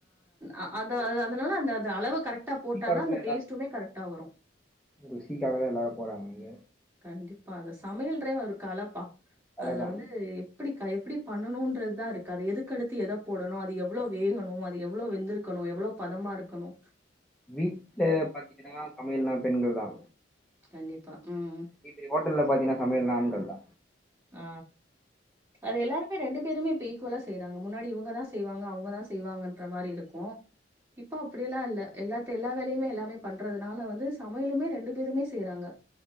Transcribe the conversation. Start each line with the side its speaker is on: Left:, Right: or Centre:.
Right: அ அது
Centre: ஒரு
Right: அது அதனால அந்த அத அளவ கரெக்டா
Centre: டீ
Right: போட்டாதா
Centre: டீ காரத்துல
Right: அந்த டேஸ்ட்டுமே கரெக்டா வரு
Centre: ருசிக்காக தா எல்லாரு போறாங்க அங்க
Right: கண்டிப்பா அத சமையல்ரே ஒரு கலப்பா
Centre: அவ்ளோதா
Right: அதுல வந்து எப்டிக்கா எப்டி பண்ணணுன்றது தா இருக்கு அது எதுக்கடுத்து எத போடணு அது எவ்ளோ வேகணு அது எவ்ளோ வெந்துருக் க்கணு எவ்ளோ பதமா இருக்கணு
Centre: வீட்ல பாத்திங்கன்னா சமையல்னா பெண்கள் தா
Right: கண்டிப்பா ம்
Centre: பெரி பெரிய ஹோட்டல்ல பாத்தின்னா சமையல்னா ஆண்கள் தா
Right: ஆ அது எல்லாருமே ரெண்டு பேருமே இப்ப ஈக்குவலா செய்றாங்க முன்னாடி இவுங்கதா செய்வாங்க அவுங்கதா செய்வாங்கன்ற மாரி இருக்கு இப்ப அப்டியல்லா இல்ல எல்லாத்த எல்லா வேலையுமே எல்லாமே பண்றதுனால வந்து சமையலுமே ரெண்டு பேருமே செய்றாங்க